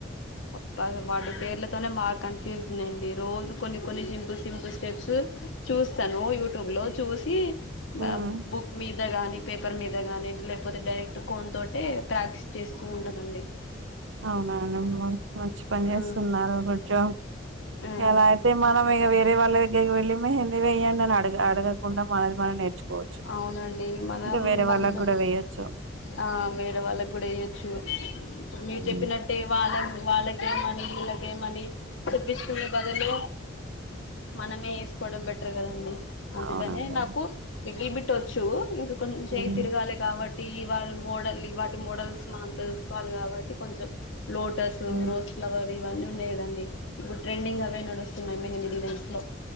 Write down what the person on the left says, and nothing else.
అబ్బా వాటి పేర్లతోనే మా కన్ఫ్యూజ్న్ అండి రోజు కొన్ని కొన్ని సింపుల్ సింపుల్ స్టెప్స్ చూస్తాను యూట్యూబ్ లో చూసి బా
బుక్ మీద గానీ పేపర్ మీద గాని లేకపోతే డైరెక్ట్ కోన్ తోటే ప్రాక్టీస్ చేస్తూ ఉంటానండి
ఆ
ఆ
అవునండి మనం
మళ్ళీ
మేము
ఆ వేరే వాళ్ళకి కూడా వేయ్యొచ్చు ఇప్పుడు మీరు
చెప్పినట్టే వా ళ్ళ వాళ్ళకేమని వీళ్ళకేమని చెప్పించుకునే బదులు మనమే వేసుకోవడం బేట కదండి అందుకని
నాకు లిటిల్ బిట్ వచ్చు ఇంక కొంచెం
తిరగాలి కాబట్టి ఈ వాళ్ళ మోడల్ బట్టి మోడల్స్ మనం తెలుసుకోవాలి కాబట్టి కొంచెం లోటస్
రోజ్ ఫ్లవర్ ఇవన్నీ ఉండే కదండి ఇప్పుడు ట్రెండింగ్ అవే నడుస్తున్నాయి మెహందీ డిజెన్స్ లో